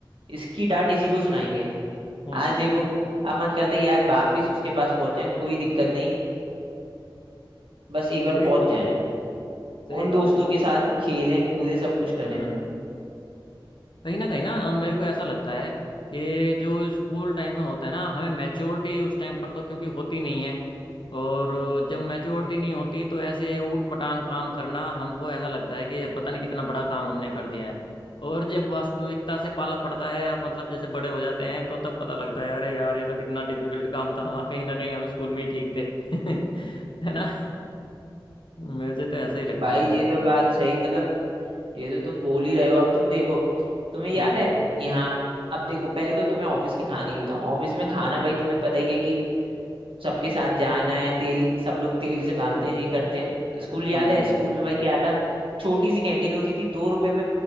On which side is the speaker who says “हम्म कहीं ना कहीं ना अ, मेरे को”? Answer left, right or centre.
Left